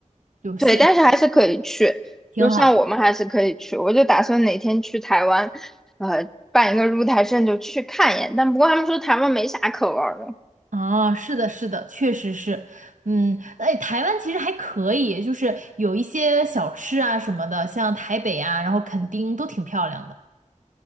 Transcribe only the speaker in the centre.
对，但是还是可以去，
就像我们还是可以去。我就打算哪天去台湾，呃，办一个入台证就去看一眼。但不过他们说台湾没啥可玩儿的，